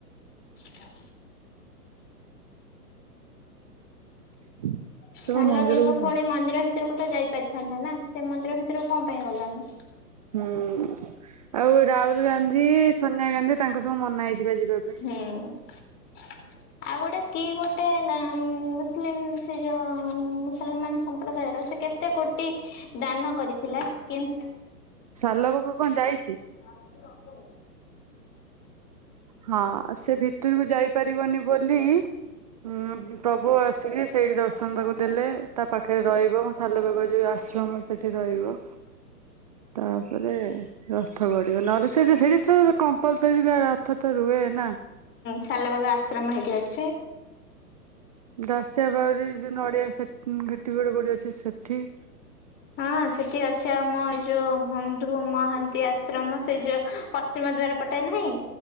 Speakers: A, on the left; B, on the right.
A: ହଁ।
B: <inaudible>
A: ସାଲ
B: ମନ୍ଦିରକୁ
A: ବେଗ
B: ଯାଆନ୍ତି।
A: ପୁଣି ମନ୍ଦିର ଭିତରକୁ ତ ଯାଇ ପାରିଥାନ୍ତା ନା ସେ ମନ୍ଦିର ଭିତରକୁ କଣ ପାଇଁ ଗଲାନି।
B: ହୁଁ ଆଉ ରାହୁଲ ଗାନ୍ଧୀ ସୋନିଆ ଗାନ୍ଧୀ ତାଙ୍କ ସବୁ ମନା ହେଇଛି। ଯିବା ଯିବା ପାଇଁ।
A: ହୁଁ। <inaudible> ଆଉ ଗୋଟେ କି ଗୋଟେ ନା ମୁସଲିମ୍ ସେ ଯୋଉ ମୁସଲମାନ ସମ୍ ସମ୍ପ୍ରଦାୟର ସେ କେତେ କୋଟି ଦାନ କରିଥିଲା, କିନ୍
B: ସାଲବେଗ କଣ ଯାଇ
A: <unintelligible>
B: ହଁ ସେ ଭିତରକୁ ଯାଇପାରିବନି ବୋଲି ଉଁ ପ୍ରଭୁ ଆସ୍ ଆସିକି ସେଇଠି ଦର୍ଶନ ତାକୁ ଦେଲେ ତା ପାଖରେ ରହିବ, ସାଲବେଗ ଯୋଉ ଆଶ୍ରମ ସେଠି ରହିବ। ତାପରେ ରଥ ଗଡ଼ିବ। ନହେଲେ ସେଇଠି ସେଇଠି ସେଇଟି କମ୍ପଲସରିଟା ରଥ ତ ରୁହେ ନା।
A: ସାଲବେଗ ଆଶ୍ରମ ହେଇଠି ଅଛି
B: ଦାସିଆ ବାଉରୀ ଯିଏ ନଡିଆ ସେ ଘାଟି ଗଡ ଗଡି ଅଛି ସେଠି
A: ହଁ ହଁ ସେଠି ଅଛି ଆମ ଏଇ ଯୋଉ ବନ୍ଧୁ ମହାନ୍ତି ଆଶ୍ରମ, ସେଇ ଯୋଉ ପଶ୍ଚିମ ଦ୍ୱାର ପଟେ ନାହିଁ?